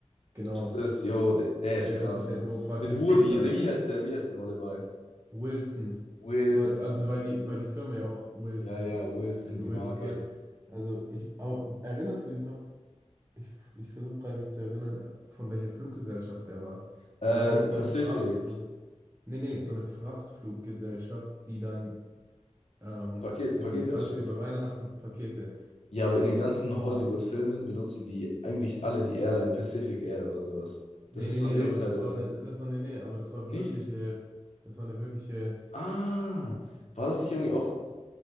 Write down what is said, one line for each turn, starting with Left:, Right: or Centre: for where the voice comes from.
Right: Genau.
Left: Das ist das. Jo, der, der
Right: Der
Left: ist krass.
Right: das mit den,
Left: Mit,
Right: wo praktisch
Left: mit Woody,
Right: dieser
Left: oder wie heißt der? Wie heißt der Volleyball?
Right: Wilson.
Left: Wilson.
Right: Weil, also weil die, weil die Firma ja auch Wilson
Left: Ja, ja, Wilson,
Right: äh, in
Left: die
Right: Wilson
Left: Marke.
Right: bei. Also ich, aber erinnerst du dich noch? Ich, ich versuche gerade mich zu erinnern, äh, von welcher Fluggesellschaft der war.
Left: Äh,
Right: Die waren nämlich so
Left: Pacific.
Right: eine Frachtflug. Nee, nee, so
Left: Die,
Right: eine Frachtfluggesellschaft, die dann ähm,
Left: ein Paket,
Right: in,
Left: Pakete
Right: weißt
Left: ausstellt.
Right: du, über Weihnachten Pakete.
Left: Ja, aber in den ganzen
Right: Boah,
Left: Hollywood-Filmen benutzen die eigentlich alle die Airline Pacific Air oder sowas.
Right: nee,
Left: Das ist
Right: nee,
Left: so
Right: nee,
Left: ein Insider
Right: aber das war
Left: bei denen.
Right: nicht, das war, nee, nee, aber das war
Left: Nicht?
Right: wirkliche, das war eine wirkliche,
Left: Ah, war das nicht irgendwie auch